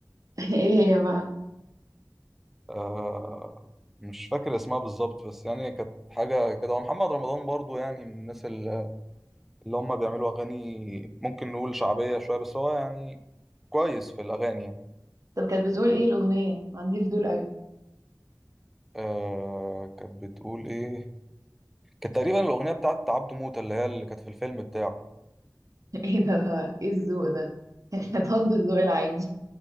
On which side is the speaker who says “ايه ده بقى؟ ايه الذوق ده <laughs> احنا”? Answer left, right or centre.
Right